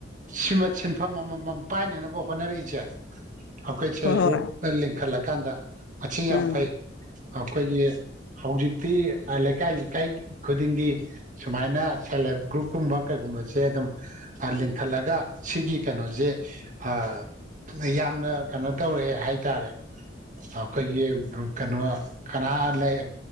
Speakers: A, on the right (about 45°); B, on the left (about 75°).
A: ꯁꯤꯃ ꯁꯤꯟꯐꯝ ꯑꯃꯃꯝ ꯄꯥꯏꯅꯅꯕ ꯍꯣꯠꯅꯔꯛꯏꯁꯦ ꯑꯩꯈꯣꯏ ꯁꯦꯜꯐ
B: ꯍꯣꯏ
A: ꯍꯦꯜꯞ
B: ꯍꯣꯏ
A: ꯒ꯭ꯔꯨꯞꯅ ꯂꯤꯡꯈꯠꯂꯀꯥꯟꯗ ꯃꯁꯤ ꯌꯥꯝ
B: ꯎꯝ
A: ꯐꯩ ꯑꯩꯈꯣꯏꯒꯤ ꯍꯧꯖꯤꯛꯇꯤ ꯂꯩꯀꯥꯏ ꯂꯩꯀꯥꯏ ꯈꯨꯗꯤꯡꯒꯤ ꯁꯨꯃꯥꯏꯅ ꯁꯦꯜꯞ ꯍꯦꯜꯞ ꯒ꯭ꯔꯨꯞꯀꯨꯝꯕ ꯀꯩꯒꯨꯝꯕꯁꯦ ꯑꯗꯨꯝ ꯂꯤꯡꯈꯠꯂꯒ ꯁꯤꯒꯤ ꯀꯩꯅꯣꯁꯦ ꯑꯥ ꯌꯥꯝꯅ ꯀꯩꯅꯣ ꯇꯧꯔꯛ ꯑꯦ ꯍꯥꯏꯇꯥꯔꯦ ꯑꯩꯈꯣꯏꯒꯤ ꯀꯩꯅꯣ ꯀꯅꯥ ꯂꯩ